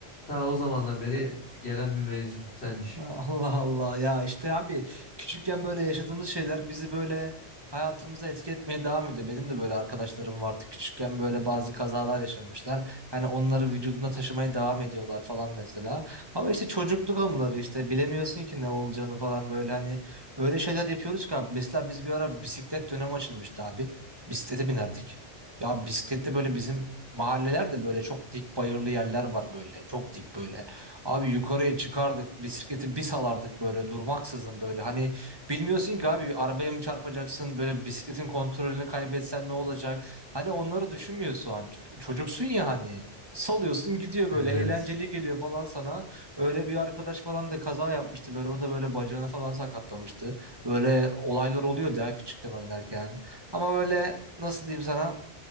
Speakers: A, on the left; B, on the right.
A: Ta o zamandan beri gelen bir mevzu. Sen düşün.
B: Allah Allah ya işte abi küçükken böyle yaşadığımız şeyler bizi böyle hayatımıza etki etmeye devam ediyor. Benim de böyle arkadaşlarım vardı küçükken böyle bazı kazalar yaşamışlar. Hani onları vücudunda taşımaya devam ediyorlar falan mesela. Ama işte çocukluk anıları işte bilemiyorsun ki ne olacağını falan böyle hani öyle şeyler yapıyoruz ki abi. Mesela biz bir ara bisiklet dönemi açılmıştı abi. Bisiklete binerdik. Ya bisiklette böyle bizim mahallelerde böyle çok dik bayırlı yerler var böyle çok dik böyle. Abi yukarıya çıkardık bisikleti bir salardık böyle durmaksızın böyle. Hani bilmiyorsun ki abi bir arabaya mı çarpacaksın böyle bisikletin kontrolünü kaybetsen ne olacak? Hani onları düşünmüyorsun an. Ç- Çocuksun ya hani. Salıyorsun gidiyor böyle
A: Evet.
B: eğlenceli geliyor falan sana. Öyle bir arkadaş falan da kaza yapmıştı böyle o da böyle bacağını falan sakatlamıştı. Böyle olaylar oluyordu ya küçükken oynarken. Ama böyle nasıl diyeyim sana?